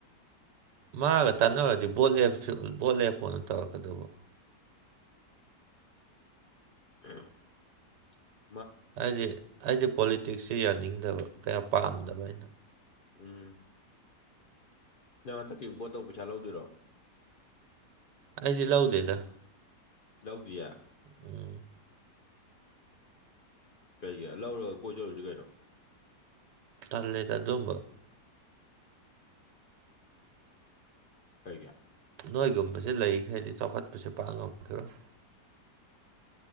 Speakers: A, on the right (about 80°); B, on the left (about 60°).
A: ꯃꯥꯒ ꯇꯥꯟꯅꯔꯨꯗꯤ ꯕꯣꯠ ꯂꯦꯞꯁꯨ ꯕꯣꯠ ꯂꯦꯞꯄꯣꯅ ꯇꯧꯔꯛꯀꯗꯧꯕ
B: ꯍꯨꯝ
A: ꯍꯥꯏꯗꯤ ꯑꯩꯗꯤ ꯄꯣꯂꯤꯇꯤꯛꯁꯁꯦ ꯌꯥꯅꯤꯡꯗꯕ ꯀꯌꯥ ꯄꯥꯝꯗꯕ ꯑꯩꯅ
B: ꯎꯝ ꯅꯪ ꯍꯟꯇꯛꯈꯤ ꯕꯣꯠꯇꯧꯕ ꯄꯩꯁꯥ ꯂꯧꯗꯣꯏꯔꯣ
A: ꯑꯩꯗꯤ ꯂꯧꯗꯦꯗ
B: ꯂꯧꯗꯤꯌꯦ
A: ꯎꯝ
B: ꯀꯩꯒꯤ ꯂꯧꯔꯒ ꯀꯣꯏ ꯆꯠꯂꯨꯖꯤ ꯀꯩꯅꯣ
A: ꯇꯜꯂꯦꯗ ꯑꯗꯨꯝꯕ
B: ꯀꯩꯒꯤ
A: ꯅꯣꯢꯒꯨꯝꯕꯁꯦ ꯂꯩꯔꯤꯈꯩꯗꯤ ꯆꯥꯎꯈꯠꯄꯁꯨ ꯄꯥꯛ ꯉꯝꯈꯤꯔꯣꯢ